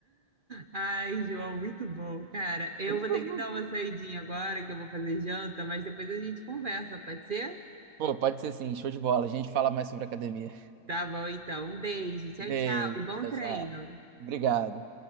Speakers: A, on the right; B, on the right.
A: Ai, João, muito bom, cara. Eu
B: <laughs>
A: vou ter que dar uma saidinha agora, que eu vou fazer janta, mas depois a gente conversa, pode ser?
B: Pô, pode ser sim, show de bola. A gente fala mais sobre academia.
A: Tá bom, então. Um beijo, tchau,
B: Beijo,
A: tchau e bom
B: tchau,
A: treino.
B: tchau. Obrigado.